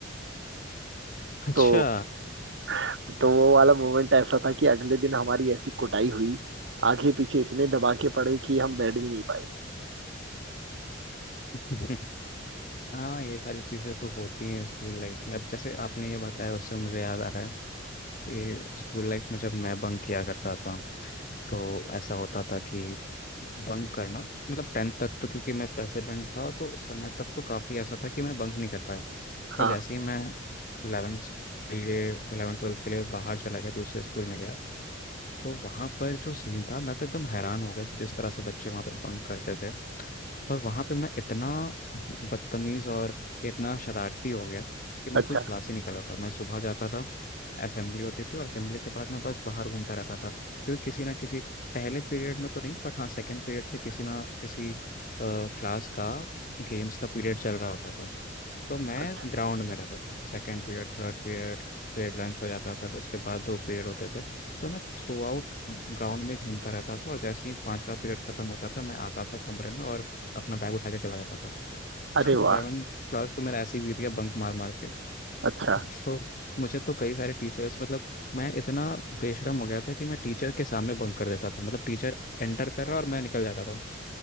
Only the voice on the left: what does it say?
अच्छा
<laughs> हाँ ये सारी चीज़ें तो होती हैं स्कूल लाइफ में अब जैसे आपने ये बताया उससे मुझे याद आ रहा है कि स्कूल लाइफ में जब मैं बंक किया करता था तो ऐसा होता था कि बंक करना मतलब टेंथ तक तो क्योंकि मैं प्रेसिडेंट था तो उस समय तक तो काफ़ी ऐसा था कि मैं बंक नहीं कर पाया पर
जैसे ही मैं इलेवेंथ के लिए इलेवन ट्वेल्थ के लिए बाहर चला गया दूसरे स्कूल में गया तो वहाँ पर जो सीन था मैं तो एकदम हैरान हो गया कि जिस तरह से बच्चे वहाँ पर बंक करते थे और वहां पे मैं इतना बदतमीज और इतना शरारती हो गया कि मैं
कोई क्लास ही नहीं कर रहा था मैं सुबह जाता था असेंबली होती थी और असेंबली के बाद मैं बस बाहर घूमता रहता था क्योंकि किसी ना किसी पहले पीरियड में तो नहीं बट हाँ सेकंड पीरियड से किसी ना किसी क्लास का गेम्स का पीरियड चल रहा होता था तो मैं
ग्राउंड में रहता था सेकंड पीरियड थर्ड पीरियड फिर लंच हो जाता था फिर उसके बाद दो पीरियड होते थे तो मैं थ्रू आउट ग्राउंड में घूमता रहता था और जैसे ही पांचवा पीरियड खत्म होता था मैं आता था कमरे में और अपना बैग उठा के चला जाता था <laughs>
तो
इलेवेंथ क्लास तो मेरा ऐसे ही बीत गया बंक मार मार के <laughs>
तो मुझे तो कई सारे टीचर्स मतलब मैं इतना बेशरम हो गया था कि मैं टीचर के सामने बंक कर देता था मतलब टीचर एंटर कर रहा और मैं निकल जाता था